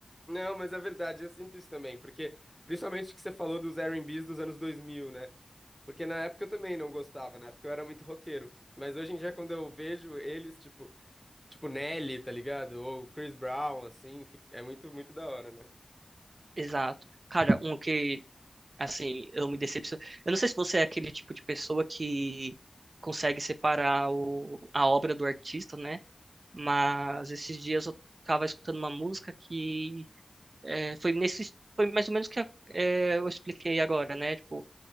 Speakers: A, in the centre; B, on the right (about 55°).
A: não, mas é verdade, eu sinto isso também, porque principalmente que você falou dos R&Bs dos anos 2000, né? Porque na época eu também não gostava, na época eu era muito roqueiro, mas hoje em dia quando eu vejo eles, tipo, tipo Nelly, tá ligado? Ou Chris Brown, assim, fi- é muito, muito da hora, né?
B: Exato. Cara, um que Assim, eu me decepciono. Eu não sei se você é aquele tipo de pessoa que consegue separar o, a obra do artista, né? Mas esses dias eu tava escutando uma música que é, foi nesse, foi mais ou menos o que é, eu expliquei agora, né? Tipo,